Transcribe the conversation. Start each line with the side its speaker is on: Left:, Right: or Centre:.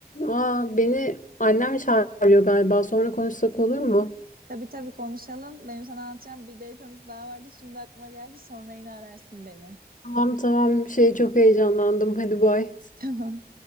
Left: Aa beni annem çağırıyor galiba. Sonra konuşsak olur mu?
Right: Tabii tabii konuşalım. Benim sana anlatacağım bir date anısı daha vardı. Şimdi aklıma geldi. Sonra yine ararsın beni.
Left: Tamam tamam şey çok heyecanlandım. Hadi bay.
Right: <laughs> Tamam.